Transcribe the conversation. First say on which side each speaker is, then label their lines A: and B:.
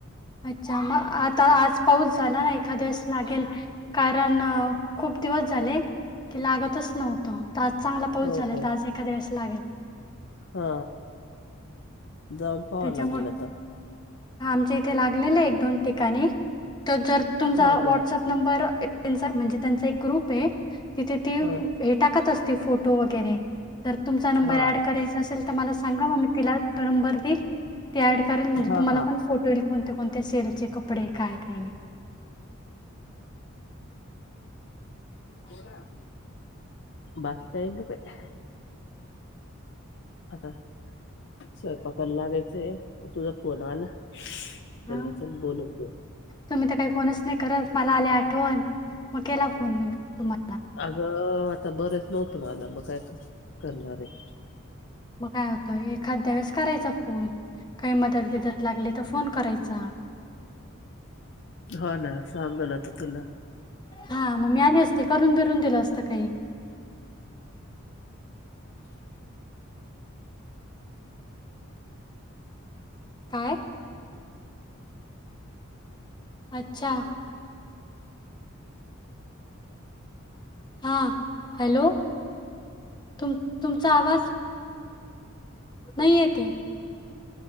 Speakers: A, on the left (about 20°); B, on the left (about 55°).
A: अच्छा मग आता आज पाऊस झाला ना एखाद्यास लागेल. कारण खूप दिवस झाले की लागतच नव्हतं. आज चांगला पाऊस
B: हो
A: झाला
B: का
A: त आज एखाद्या वळेस लागेल.
B: हा जाउन पाहावा
A: त्याच्यामुळे
B: लागेल आता.
A: आमच्या इथे लागलेले एक दोन ठिकाणी त जर तुमचा
B: हा
A: व्हॉट्सअप
B: का
A: नंबर त्यांचा म्हणजे त्यांचा एक ग्रुपे तिथे ती हे
B: हा
A: टाकत असते फोटो वगैरे. जर तुमचा नंबर
B: हा
A: ऍड करायचा असेल त मला सांगा मग मी तिला तो नंबर देईल. ती ऍड करेल म्हणजे
B: हा
A: तुम्हाला
B: हा
A: पण फोटो येईलणते कोणत सेलचे कप कपडे काय कायनही.
B: बोला बाकी काही नाही बाई. आता स्वयंपाकयला लागायचंय तुझ फोन आला. म्हणलं
A: हा
B: चल बोलून घेऊ
A: तुम्ही त काही फोणच नाही करत मला आली आठवण म केला मी फोन तुम्हाला.
B: अग आता बरंच नव्हतं मला मग काय करणारे.
A: मग काय होतं एखाद्या वेळेस करायचा फोन काही मदत बिदत लागली तर फोन करायचा. <inaudible>
B: हो ना सांगल अता तुला.
A: हा म मी आली असते करून बिरून दिलं असत काही. काय? अच्छा. हा हॅलो. तुम तुमचा आवाज नाही येते.